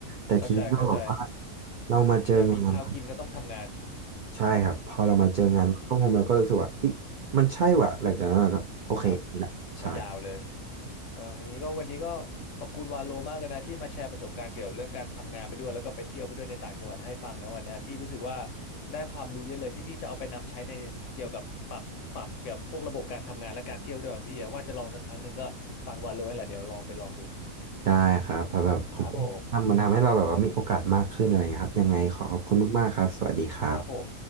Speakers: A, on the right; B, on the left.
A: แต่ทีนี้ก็แบบว่า
B: เข้าใจเข้าใจ
A: เรามาเจองาน
B: อยากมีข้าวกินก็ต้องทำงาน
A: ใช่ครับพอเรามาเจองานข้างผมเราก็รู้สึกว่าเอ้ยมันใช่ว่ะหลังจากนั้นเราก็โอเคนี่แหละใช่
B: ใช่ครับก็ยาวเลย เอออย่างนี้ก็วันนี้ก็ขอบคุณวาโลมากเลยนะที่มาแชร์ประสบการณ์เกี่ยวกับเรื่องการทำงานไปด้วยแล้วก็ไปเที่ยวไปด้วยในต่างจังหวัดให้ฟังนะวันเนี้ยพี่รู้สึกว่าได้ความรู้เยอะเลยที่พี่จะเอาไปนำใช้ในเกี่ยวกับปรับปรับเกี่ยวกับพวกระบบการทำงานและการเที่ยวด้วยของพี่อะว่าจะลองสักครั้งหนึ่งก็ฟังวาโลแหละเดี๋ยวลองไปลองดู
A: ได้ครับเพราะแบบผมก็ทำมันทำให้เราแบบว่ามีโอกาสมากขึ้นอะไรอย่างเงี้ยครับยังไงขอขอบคุณมากๆครับสวัสดีครับ
B: ครับผมนะครับผม